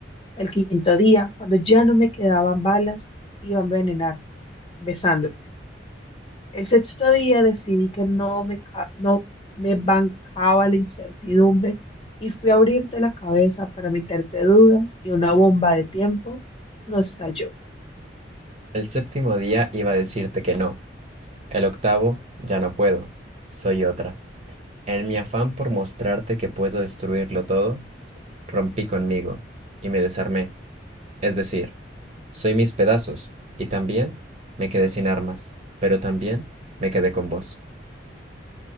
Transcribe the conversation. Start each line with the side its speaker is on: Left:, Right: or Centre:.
Left: El quinto día, cuando ya no me quedaban balas, iba a envenenar, besándote. El sexto día decidí que no me, ca- no me bancaba la incertidumbre y fui a abrirte la cabeza para meterte dudas y una bomba de tiempo nos estalló.
Right: El séptimo día iba a decirte que no, el octavo ya no puedo, soy otra. En mi afán por mostrarte que puedo destruirlo todo, rompí conmigo y me desarmé, es decir, soy mis pedazos, y también me quedé sin armas, pero también me quedé con vos.